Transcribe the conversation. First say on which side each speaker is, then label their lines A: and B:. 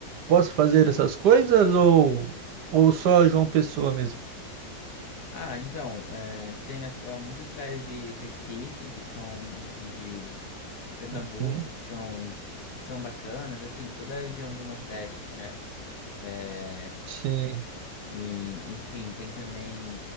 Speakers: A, on the right; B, on the left.
A: possa fazer essas coisas ou, ou só João Pessoa mesmo?
B: Ah, então, é, tem as- há muitas praias de Recife, que são de Pernambuco,
A: Uhum.
B: que são, são bacanas, assim, toda a região do Nordeste, né? É,
A: Sim.
B: E, enfim, tem também